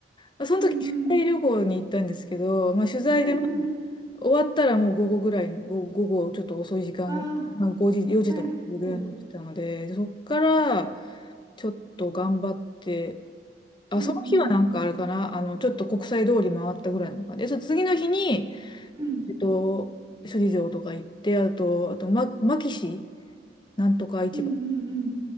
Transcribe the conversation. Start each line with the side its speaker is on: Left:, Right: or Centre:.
Left: ら、その時、
Right: うんうん。
Left: 取材旅行に行ったんですけど、まあ、取材で、
Right: うんうんうん。
Left: まあ、終わったらもう午後ぐらい、午午後ちょっと遅い時間、
Right: ああ、
Left: まあ、5時、4時とかぐらいになってたので、
Right: はいはい。
Left: そっから、ちょっと頑張って、あ、
Right: うんうん。
Left: その日はなんかあれかな、あの、ちょっと国際通り回ったぐらいなのかな。で、その次の日に、
Right: うん
Left: えっと、首里城とか行って、あと、あと、ま、牧市なんとか市場。
Right: うんうんうん。